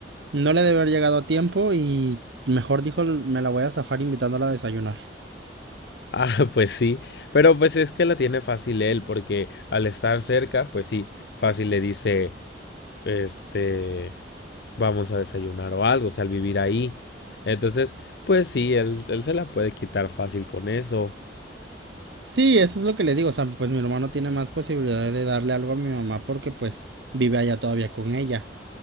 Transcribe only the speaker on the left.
Ah, <laughs> pues sí, pero pues es que la tiene fácil él porque al estar cerca, pues sí, fácil le dice, este... vamos a desayunar o algo, o sea, al vivir ahí. Entonces, pues sí, él, él se la puede quitar fácil con eso.